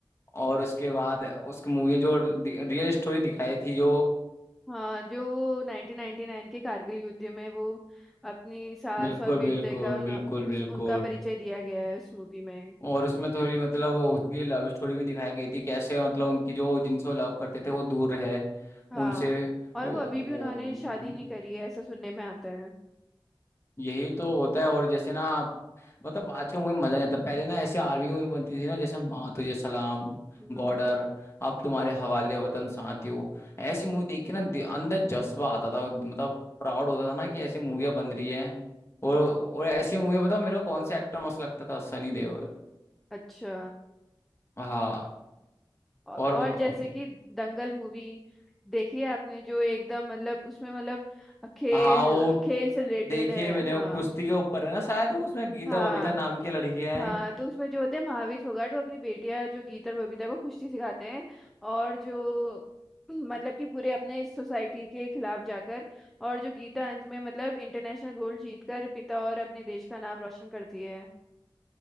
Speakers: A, on the left; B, in the centre.
A: और उसके बाद उसकी मूवी जो रियल स्टोरी दिखाई थी जो
B: हाँ जो वो 1999 के कारगिल युद्ध में वो अपनी साहस
A: बिल्कुल
B: और वीरता
A: बिल्कुल
B: का उन,
A: बिल्कुल
B: उस,
A: बिल्कुल
B: उनका परिचय दिया गया है उस मूवी में
A: और उसमें थोड़ी मतलब उसकी लव स्टोरी भी दिखाई गई थी कैसे मतलब उनकी जो जिनसे वो लव करते थे वो दूर रहे
B: हाँ
A: उनसे
B: और
A: वो,
B: वो अभी भी
A: वो
B: उन्होंने शादी नहीं करी है ऐसा सुनने में आता है
A: यही तो होता है और जैसे ना मतलब आज के मूवी में मजा नहीं आता पहले ना ऐसे आर्मी की मूवी बनती थी ना जैसे माँ तुझे सलाम
B: हम्म
A: बॉर्डर अब तुम्हारे हवाले वतन साथियों ऐसी मूवी देख के ना दि- अंदर जज्बा आता था मतलब प्राउड होता था ना कि ऐसी मूवियाँ बन रही हैं और और ऐसी मूवी बताओ मेरे को कौन सा एक्टर मस्त लगता था सनी देओल
B: हम्म। अच्छा
A: हाँ
B: औ-
A: और बताओ
B: और जैसे कि दंगल मूवी देखी है आपने जो एकदम मतलब उसमें मतलब खेल
A: हाँ वो
B: खेल से रिलेटेड
A: देखिए
B: है
A: मैंने
B: हाँ
A: वो कुश्ती के ऊपर है ना शायद वो उसमें गीता
B: हाँ
A: बबीता नाम की लड़कियां
B: हाँ
A: हैं
B: तो उसमें जो होते हैं महावीर फोगाट वो अपनी बेटियां जो गीता और बबीता को कुश्ती सिखाते हैं और जो <clears throat> मतलब कि पूरे अपने सोसाइटी के खिलाफ जाकर और जो गीता अंत में मतलब इंटरनेशनल गोल्ड जीतकर पिता और अपने देश का नाम रोशन करती है